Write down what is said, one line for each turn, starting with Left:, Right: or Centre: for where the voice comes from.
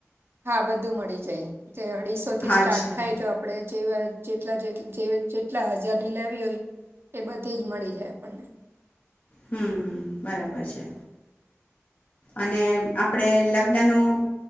Right: હા બધું મળી જાય જે અઢીસો થી
Left: હા,
Right: સ્ટાર્ટ
Left: અચ્છા
Right: થાય તો આપણે. જેવા જેટલા જે જે જેટલા હજારની લેવી હોય એ બધી જ મળી જાય આપણને.
Left: હમ બરાબર છે અને આપડે લગ્ન નું